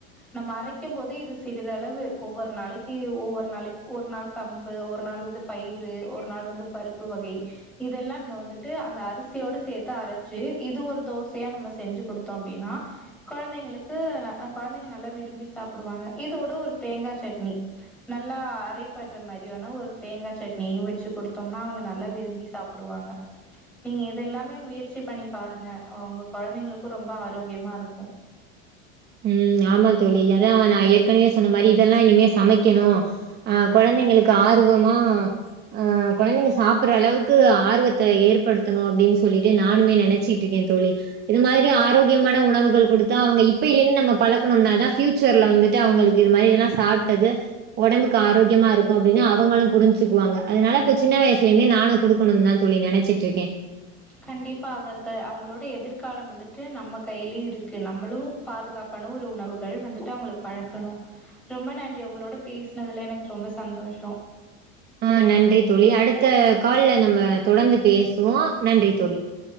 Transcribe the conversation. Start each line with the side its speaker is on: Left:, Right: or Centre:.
Centre: நம்ம அரைக்கும் போதே இது சிறிதளவு ஒவ்வொரு நாளைக்கு ஒவ்வொரு நாளைக்கு ஒரு நாள் கம்பு ஒரு நாள் வந்து பயிறு ஒரு நாள் வந்து பருப்பு வகை இதெல்லா நம்ம வந்துட்டு அந்த அரிசியோடு சேர்த்து அரைச்சு இது ஒரு தோசையா நம்ம செஞ்சு கொடுத்தோம் அப்டின்னா குழந்தைங்களுக்கு குழந்தைங்க நல்லா விரும்பி சாப்பிடுவாங்க இதோட ஒரு தேங்கா சட்னி நல்லா அரைபடுற மாரி வேனா ஒரு தேங்கா சட்னியையு வச்சு குடுத்தோம்னா அவங்க நல்லா விரும்பி சாப்பிடுவாங்க நீங்க இது எல்லாமே முயற்சி பண்ணி பாருங்க உங்க குழந்தைங்களுக்கு ரொம்ப ஆரோக்கியமா இருக்கு
Right: உம் ஆமா தோழி அதா நா ஏற்கனவே சொன்ன மாரி இதெல்லா இனிமே சமைக்கணு ஆஹ் குழந்தைங்களுக்கு ஆர்வமா ஆஹ் குழந்தைங்க சாப்பிடுற அளவுக்கு ஆர்வத்தை ஏற்படுத்தணு அப்டின்னு சொல்லிட்டு நானுமே நினைச்சிட்டு இருக்கே தோழி இது மாரி ஆரோக்கியமான உணவுகள் கொடுத்தா அவங்க இப் இப்பயிலேருந்து நம்ம பழக்கணும்னாதா ஃபியூச்சர்ல வந்துட்டு அவங்களுக்கு இது மாரி எல்லா சாப்பிட்டது உடம்புக்கு ஆரோக்கியமா இருக்கு அப்டின்னு அவங்களும் புரிஞ்சுக்குவாங்க அதனால இப்ப சின்ன வயசுலே இருந்தே நானு கொடுக்கணுனு தா தோழி நினைச்சிட்டு இருக்கே
Centre: கண்டிப்பா அவர்க அவங்களோட எதிர்காலம் வந்துட்டு நம்ம கையிலயு இருக்கு நம்மளு பாதுகாப்பான ஒரு உணவுகள் வந்துட்டு அவங்களுக்கு பழக்கணு ரொம்ப நன்றி உங்களோட பேசினதுல எனக்கு ரொம்ப சந்தோஷ
Right: ஆஹ் நன்றி தோழி அடுத்த கால்ல நம்ம தொடர்ந்து பேசுவோ நன்றி தோழி